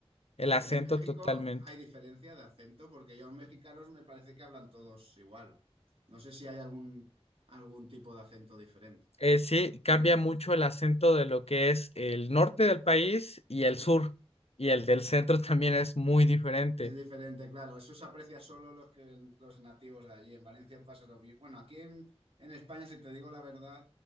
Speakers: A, on the left; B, on the right.
A: el
B: Sí, en
A: acento
B: México
A: totalmente.
B: hay diferencia de acento porque yo a los mexicanos me parece que hablan todos igual. No sé si hay algún, algún tipo de acento diferente,
A: Eh, sí, cambia mucho el acento de lo que es el norte del país y el
B: ¿sí?
A: sur, y el del centro <laughs> también es muy diferente.
B: Es diferente, claro. Eso se aprecia solo los que los nativos de allí. En Valencia pasa lo mismo. Bueno, aquí en, en España, si te digo la verdad,